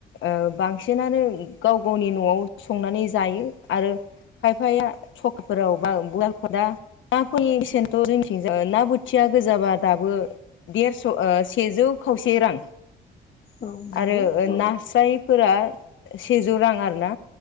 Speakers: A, on the left (about 75°); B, on the left (about 50°).
A: ओ बांसिनानो गाव गावनि न'आव संनानै जायो आरो खायफाया सखफोराव बा नाफोरनि बेसेनथ' जोंनिथिंजाय ना बोथिया गोजाब बा दाबो देरस' ओ सेजौ खावसे रां।
B: औ नंगौ
A: आरो
B: औ
A: नास्रायफोरा सेजौ रां आरो ना।